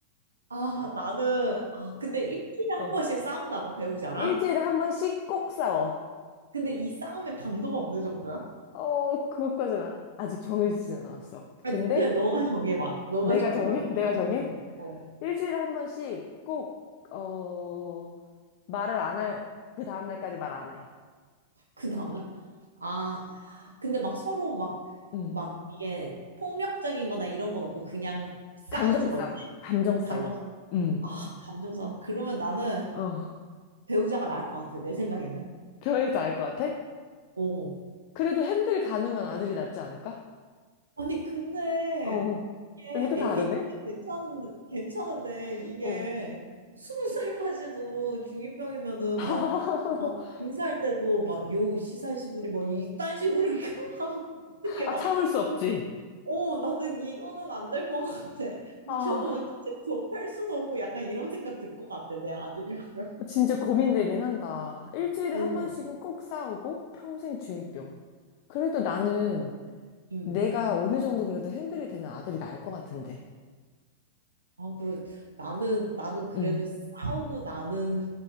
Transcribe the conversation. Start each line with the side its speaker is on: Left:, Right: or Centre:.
Right: 아, 나는, 아, 근데 일주일에 한
Left: 어.
Right: 번씩 싸운다고 배우자랑?
Left: 일주일에 한 번씩 꼭 싸워.
Right: 근데 이 싸움의 강도가 어느 정도야?
Left: 어, 그것까지는 아- 아직 정해지진 않았어.
Right: 아니,
Left: 근데
Right: 그냥 너가 정해봐. 너가
Left: 내가
Right: 정해봐.
Left: 정해? 내가
Right: 너
Left: 정해?
Right: 정해도 돼. 어.
Left: 일주일에 한 번씩 꼭, 어, 말을 안 할, 그 다음날까지 말 안 해.
Right: 그 다음날, 아, 근데 막 서로 막,
Left: 응.
Right: 막 이게 폭력적인 거나 이런 건 없고 그냥 싸우는
Left: 감정 싸움.
Right: 거지.
Left: 감정 싸움.
Right: 감정싸움.
Left: 음.
Right: 아, 감정싸움. 그러면 나는
Left: 어,
Right: 배우자가 나을 것 같아. 내 생각에는.
Left: 겨울도 알 것 같아?
Right: 어.
Left: 그래도 핸들 가능한 아들이 낫지 않을까?
Right: 아니 근데
Left: 어,
Right: 이게
Left: 이것도 다르네?
Right: 아기 때는 괜찮은 괜찮은데 이게
Left: 어.
Right: 스무 살까지도 중이병이면은
Left: <laughs>
Right: 막 막 인사할 때도 막 요 시사시부리 뭐 이딴 식으로 <laughs> 하면 어떻게
Left: 아,
Right: 막오
Left: 참을 수 없지.
Right: 나는 이거는 안 될 것 같아
Left: 아,
Right: 저거 진짜 저 펼 수도 없고 약간 이런 생각 들 것 같아 내 아들이라면
Left: 진짜 고민되긴 한다. 일주일에
Right: 오,
Left: 한 번씩은 꼭 싸우고 평생 중이병. 그래도 나는
Right: 응.
Left: 내가 어느 정도 그래도 핸들이 되는 아들이 나을 것 같은데.
Right: 아, 그래. 나는, 나는 그래도
Left: 응.
Right: 싸우고 나는